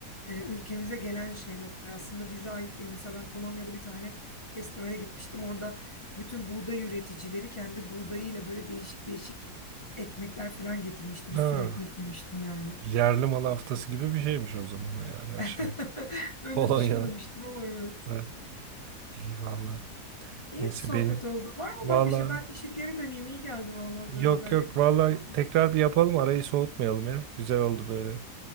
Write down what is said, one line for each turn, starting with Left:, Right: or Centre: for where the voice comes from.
Left: e, ülkemize gelen şeyler aslında bize ait değil. Mesela ben Polonya'da bir tane festivale gitmiştim. Orada bütün buğday üreticileri kendi buğdayıyla böyle değişik değişik ekmekler falan getirmişti. Bir
Right: Ha,
Left: sürü ekmek yemiştim yani.
Right: yerli mal haftası gibi bir şeymiş o zaman o yani aşağı
Left: <laughs>
Right: yukarı.
Left: Öyle
Right: Polonya'nın.
Left: düşünmemiştim ama evet.
Right: Ha, iyi valla.
Left: İyi
Right: Neyse
Left: bir sohbet
Right: benim.
Left: oldu. Var mı
Right: Valla
Left: ben bir şey? Ben işe geri döneyim. İyi geldi vallahi böyle
Right: yok
Left: bir ayaküstü
Right: yok valla
Left: sohbet.
Right: tekrar bir yapalım arayı soğutmayalım ya. Güzel oldu böyle.